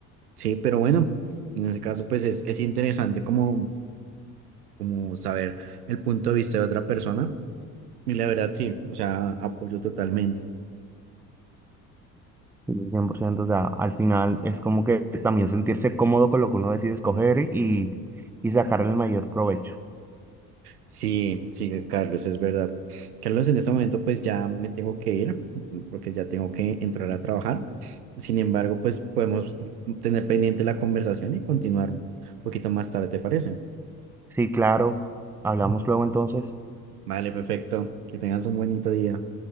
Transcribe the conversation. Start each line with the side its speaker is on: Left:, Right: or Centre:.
Right: Sí, pero bueno, en ese caso pues es, es interesante como, como saber el punto de vista de otra persona y la verdad sí, o sea, apoyo totalmente.
Centre: Y cien por ciento o sea, al final es como que también sentirse cómodo con lo que uno decide escoger y, y sacarle el mayor provecho.
Right: Sí, sí, Carlos, es verdad. Carlos, en este momento pues ya me tengo que ir porque ya tengo que entrar a trabajar. Sin embargo, pues podemos tener pendiente la conversación y continuar un poquito más tarde, ¿te parece?
Centre: Sí, claro. Hablamos luego entonces.
Right: Vale, perfecto. Que tengas un bonito día.